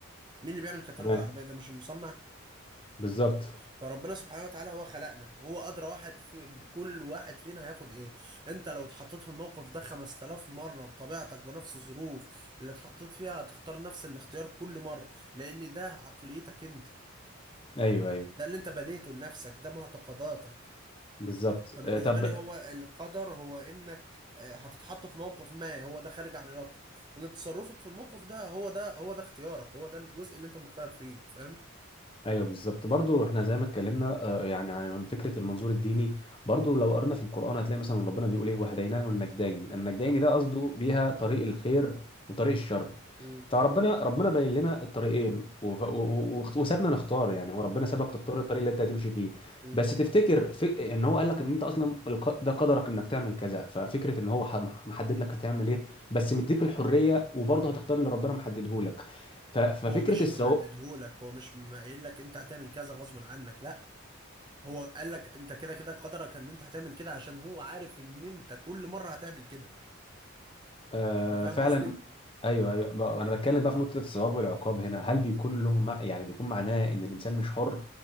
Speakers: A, on the right; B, on the left.
A: مين اللي بيعمل كتالوج
B: تمام
A: العربيه ده مش المصنع
B: بالظبط
A: فربنا سبحانه وتعالى هو خلقنا هو ادرى واحد في بكل واحد فينا هياخد ايه انت لو اتحطيت في الموقف ده 5000 مره بطبيعتك بنفس الظروف اللي اتحطيت فيها هتختار نفس الاختيار كل مره لان ده عقليتك انت
B: أيوه أيوه
A: ده اللي انت بنيته لنفسك ده معتقداتك
B: بالظبط
A: فبالنسبة
B: آه، طب
A: لي هو القدر هو انك آه، هتتحط في موقف ما هو ده خارج عن ارادتك وان تصرفك في الموقف ده هو ده هو ده اختيارك هو ده الجزء اللي انت مخير فيه فاهم
B: ايوه بالظبط برضو احنا زي ما اتكلمنا آه، يعني عن فكره المنظور الديني برضو لو قرنا في القران هتلاقي مثلا ربنا بيقول ايه وهديناه النجدين النجدين
A: مم.
B: ده قصده بيها طريق الخير وطريق الشر
A: مم.
B: فربنا ربنا باين لنا الطريقين وف- و- و- و- وسابنا نختار يعني هو ربنا
A: مم.
B: سابك تختار الطريق اللي انت هتمشي فيه
A: مم.
B: بس تفتكر في ان هو قال لك ان انت اصلا الق- ده قدرك انك تعمل كذا ففكره ان هو ح- محدد لك هتعمل ايه بس مديك الحريه وبرضه هتختار اللي ربنا محدده لك ف- ففكره
A: هو مش
B: السواق
A: محددهولك هو مش م- قايل لك انت هتعمل كذا غصب عنك لا هو قال لك انت كده كده قدرك ان انت هتعمل كده عشان هو عارف ان انت كل مرة هتعمل كده
B: آه،
A: انت فاهم
B: فعلا
A: قصدي
B: ايوه ايوه بقى- انا بتكلم بقى في نقطه الثواب والعقاب هنا هل بيكون له مع... يعني بيكون معناه ان الانسان مش حر